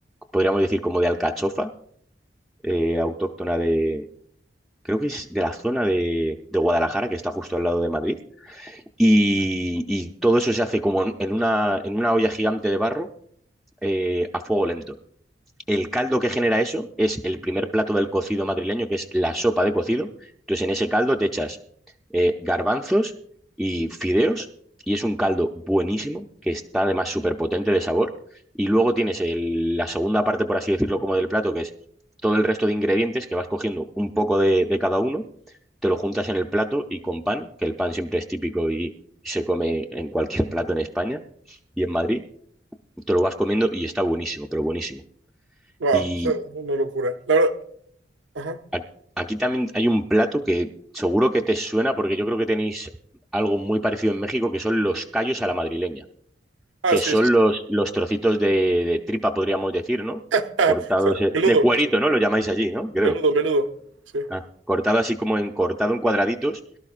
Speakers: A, in the centre; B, on the right.
A: podríamos decir como de alcachofa, eh, autóctona de, creo que es de la zona de, de Guadalajara, que está justo al lado de Madrid. Y, y todo eso se hace como en en una, en una olla gigante de barro, eh, a fuego lento. El caldo que genera eso es el primer plato del cocido madrileño, que es la sopa de cocido. Entonces, en ese caldo te echas eh, garbanzos y fideos, y es un caldo buenísimo, que está además súper potente de sabor. Y luego tienes el- la segunda parte, por así decirlo, como del plato, que es todo el resto de ingredientes que vas cogiendo un poco de, de cada uno, te lo juntas en el plato y con pan, que el pan siempre es típico y se come en cualquier plato en España y en Madrid, te lo vas comiendo y está buenísimo, pero buenísimo.
B: Wow,
A: Y
B: suena una locura. La verdad, ajá.
A: a- Aquí también hay un plato que seguro que te suena porque yo creo que tenéis algo muy parecido en México que son los callos a la madrileña,
B: Ah,
A: que
B: sí,
A: son
B: es.
A: los, los trocitos de, de tripa, podríamos decir, ¿no?
B: <laughs>
A: Cortados
B: o sea,
A: eh,
B: menudo,
A: de cuerito, ¿no? Lo llamáis allí, ¿no? Creo.
B: menudo, menudo. Sí.
A: Ah, cortado así como en cortado en cuadraditos,